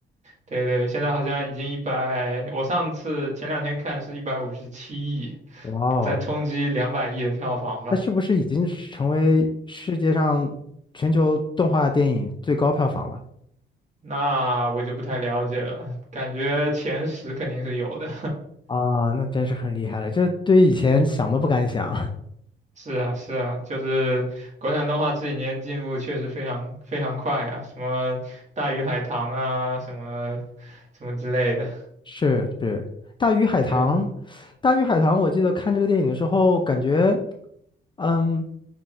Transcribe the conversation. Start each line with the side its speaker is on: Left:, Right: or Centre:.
Right: 对对，现在好像已经一百，我上次前两天看是一百五十七亿，
Left: 哇哦，
Right: 在冲击两百亿的票房吧。
Left: 那是不是已经是成为世界上全球动画电影最高票房了？
Right: 那我就不太了解了，感觉前十肯定是有的。
Left: 啊，那真是很厉害了，这对以前想都不敢想。
Right: <laughs> 是啊，是啊，就是国产动画这几年进步确实非常非常快啊，什么《大鱼海棠》啊，什么什么之类的。
Left: 是是，《大鱼海棠》，
Right: 对
Left: 《大鱼海棠》，我记得看这个电影的时候，感觉，嗯，